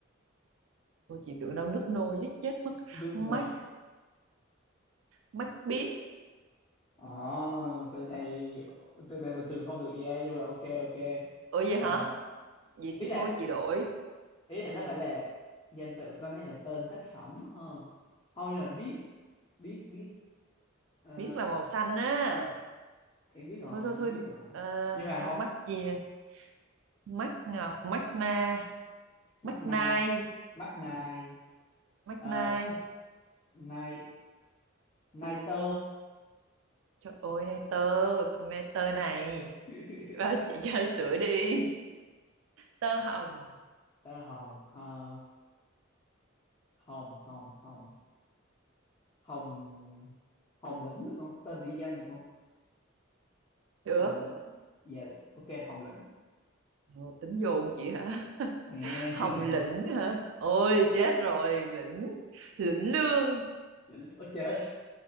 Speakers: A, on the right; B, on the left.
A: ôi chị tưởng đâu nước nôi giết chết mất
B: nước
A: mắt
B: nở.
A: mắt biết
B: Ờ, từ này từ này bình thường không được ra nhưng mà ok ok
A: ủa vậy
B: Ờ,
A: hả vậy thì
B: ý là
A: thôi chị đổi
B: ý là nó phải là danh tự con này là tên tác phẩm ha không nhưng mà biết biết biết Ờ,
A: biết là màu xanh á
B: em biết rồi
A: thôi thôi
B: em
A: thôi
B: biết rồi
A: Ờ,
B: nhưng mà không
A: mắt gì này mắt ngọc mắt na mắt
B: mắt
A: nai
B: nai mắt nai
A: mắt
B: ờ,
A: nai
B: nai nai tơ
A: trời ơi nai tơ con nai tơ này
B: <laughs>
A: bao chị cho sữa đi tơ hồng
B: tơ hồng Ờ, hồng hồng hồng hồng hồng lĩnh được không tên địa danh được không
A: được
B: Hồng Lĩnh dạ ok Hồng Lĩnh
A: ờ, tính dồn chị hả
B: <laughs>
A: hồng lĩnh hả ôi chết rồi lĩnh lĩnh lương
B: lĩnh lửa chết